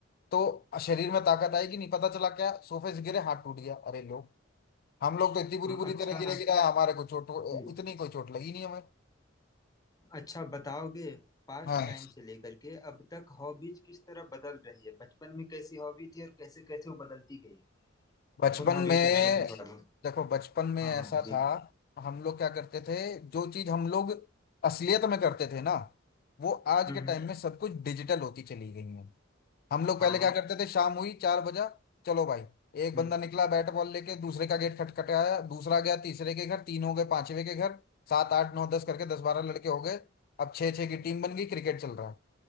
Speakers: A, on the left; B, on the left.
A: तो शरीर में ताकत आएगी नहीं पता चला क्या सोफे से गिरे हाथ टूट गया अरे लोग हम लोग तो इतनी बुरी
B: हाँ,
A: बुरी
B: अच्छा
A: तरह गिरे गिरा हमारे को चोट
B: जी
A: इतनी कोई चोट लगी नहीं हमें
B: अच्छा बताओगे पास्ट
A: हाँ
B: टाइम से लेकर के अब तक हॉबीज किस तरह बदल रही है बचपन में कैसी हॉबी थी और कैसे कैसे वो बदलती गई
A: बचपन
B: उन हॉबियों
A: में
B: के बारे में थोड़ा बहुत
A: देखो बचपन में
B: हाँ
A: ऐसा
B: हाँ जी
A: था हम लोग क्या करते थे जो चीज हम लोग असलियत में करते थे ना वो आज
B: हम्म
A: के
B: हम्म,
A: टाइम में हम्म सब कुछ डिजिटल होती चली गई है हम लोग पहले
B: हाँ हाँ
A: क्या करते थे शाम हुई चार बजा चलो भाई एक
B: हम्म
A: बंदा निकला बैट बॉल लेके दूसरे का गेट खटखटाया दूसरा गया तीसरे के घर तीन हो गए पांचवे के घर सात आठ नौ दस करके दस बारह लड़के हो गए अब छह छह की टीम बन गई क्रिकेट चल रहा है